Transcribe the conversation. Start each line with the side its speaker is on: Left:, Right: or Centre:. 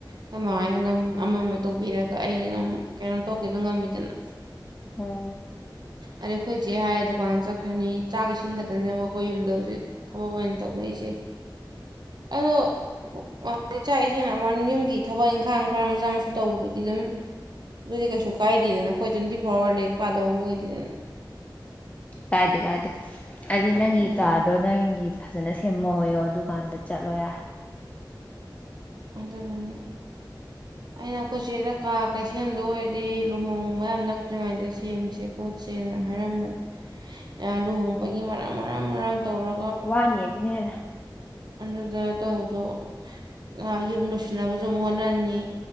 Right: ꯈꯣꯏ ꯃꯥꯍꯣꯏꯅ ꯑꯗꯨꯝ ꯑꯃ ꯑꯃ ꯇꯧꯕꯤꯔꯒ ꯑꯩ ꯑꯗꯨꯝ ꯀꯩꯅꯣ ꯇꯧꯒꯦꯗꯣ ꯉꯝꯃꯤꯗꯅ
Left: ꯎꯝ
Right: ꯑꯗꯩ ꯑꯩꯈꯣꯏ ꯏꯆꯦ ꯍꯥꯏꯔꯦ ꯗꯨꯀꯥꯟ ꯆꯠꯈ꯭ꯔꯅꯤ ꯆꯥꯛ ꯏꯁꯤꯡ ꯈꯛꯇꯅꯦꯕ ꯑꯩꯈꯣꯏ ꯌꯨꯝꯗ ꯍꯧꯖꯤꯛ ꯊꯕꯛ ꯑꯣꯏꯅ ꯇꯧꯅꯔꯤꯁꯦ ꯑꯗꯣ <unintelligible> ꯆꯥꯛ ꯏꯁꯤꯡ ꯍꯥꯏꯕꯩ ꯋꯥꯅꯦ ꯌꯨꯝꯒꯤ ꯊꯕꯛ ꯏꯪꯈꯥꯡ ꯈꯔ ꯃꯆꯥ ꯃꯁꯨ ꯇꯧꯕꯗꯨꯗꯤ ꯑꯗꯨꯝ ꯑꯗꯨꯗꯤ ꯀꯩꯁꯨ ꯀꯥꯏꯗꯦꯗꯅ ꯑꯩꯈꯣꯏ ꯇꯣꯏꯟꯇꯤ ꯐꯣꯔ ꯑꯋꯥꯔ ꯂꯥꯏꯔꯤꯛ ꯄꯥꯠ ꯇꯧꯑꯣꯏꯗꯤꯟ
Left: ꯀꯥꯏꯗꯦ ꯀꯥꯏꯗꯦ ꯍꯥꯏꯗꯤ
Right: ꯑꯥ
Left: ꯅꯪꯒꯤ
Right: ꯑꯗꯨꯗꯨꯅ
Left: ꯀꯥꯗꯣ ꯅꯪꯒꯤ ꯐꯖꯅ ꯁꯦꯝꯃꯣꯑꯣꯌꯣ ꯑꯗꯨꯀꯥꯟꯗ ꯆꯠꯂꯣ ꯌꯥꯔꯦ
Right: ꯑꯗꯨꯗꯨꯅ
Left: <inaudible>
Right: ꯑꯩꯅ ꯑꯈꯣꯏ ꯆꯦꯗ ꯀꯥ ꯀꯩ ꯁꯦꯝꯗꯣ ꯑꯣꯏꯔꯗꯤ ꯂꯨꯍꯣꯡꯕ ꯌꯥꯝ ꯅꯛꯇ꯭ꯔꯤꯉꯥꯏꯗ ꯁꯦꯝꯖꯦ‍ ꯈꯣꯠꯁꯦꯅ ꯍꯥꯏꯔꯝꯕꯅꯤ ꯌꯥꯝꯅ ꯑ ꯂꯨꯍꯣꯡꯕꯒꯤ ꯃꯔꯥꯡ ꯃꯔꯥꯡ ꯃꯔꯥꯡ ꯇꯧꯔ
Left: ꯋꯥꯅꯤ ꯑꯗꯨꯅ ꯍꯦꯟꯅ
Right: ꯑꯗꯨꯗ ꯇꯧꯗꯣ ꯑ ꯌꯨꯝ ꯂꯣꯏꯁꯤꯟꯅꯕꯁꯨ ꯑꯃꯨꯛ ꯍꯣꯅꯅꯤ